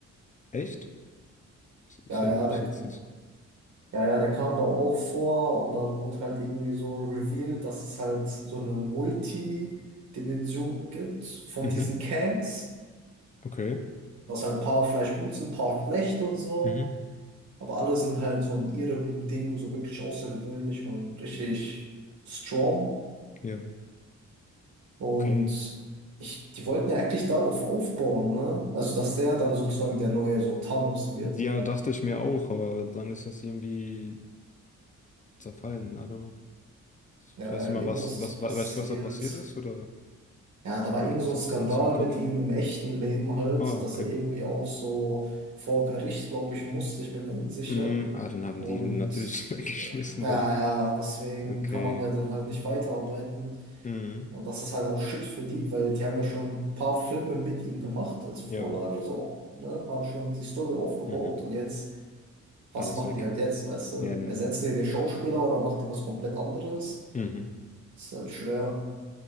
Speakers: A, on the left (about 25°); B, on the right (about 65°).
A: Echt? Ich
B: Ja,
A: erinnere
B: ja,
A: mich
B: der,
A: jetzt nicht.
B: Ja, ja, der kam da auch vor und dann wurde halt irgendwie so revealed, dass es halt so eine Multidimension gibt von
A: Mhm.
B: diesen Kangs,
A: Okay.
B: dass halt ein paar vielleicht gut sind, ein paar schlecht und so,
A: Mhm.
B: aber alle sind halt so in ihrem Ding so wirklich außergewöhnlich und richtig strong
A: Ja.
B: und
A: Okay.
B: ich, die wollten ja eigentlich darauf aufbauen, ne? Also, dass der dann sozusagen der neue so Thanos wird.
A: Ja, dachte ich mir auch, aber dann ist das irgendwie zerfallen. I don't know.
B: Ja,
A: Ich weiß nicht
B: ja,
A: mal,
B: irgendwas
A: was, was,
B: ist
A: we-
B: passiert.
A: weißt du, was da passiert ist? Oder
B: Ja, da war
A: ich habe
B: irgend so
A: ich
B: ein
A: hab
B: Skandal
A: das nicht im Kopf.
B: mit ihm im echten Leben halt,
A: Ah,
B: dass
A: okay.
B: er irgendwie auch so vor Gericht, glaube ich, musste. Ich bin mir unsicher.
A: Mm, ah, dann haben
B: Und
A: die den natürlich <laughs> weggeschmissen
B: äh, ja,
A: dann.
B: ja, deswegen
A: Okay.
B: kann man ja dann halt nicht weiterarbeiten.
A: Mhm.
B: Und das ist halt auch Shit für die, weil die haben ja schon ein paar Filme mit ihm gemacht als Vorlage,
A: Ja.
B: so, ne? Haben schon die Story aufgebaut
A: Mhm.
B: und jetzt, was
A: Alles
B: machen
A: weg.
B: die halt jetzt, weißt du?
A: Ja, ja.
B: Ersetzen
A: ja.
B: die den Schauspieler oder machen die was komplett anderes?
A: Mhm.
B: Ist halt schwer.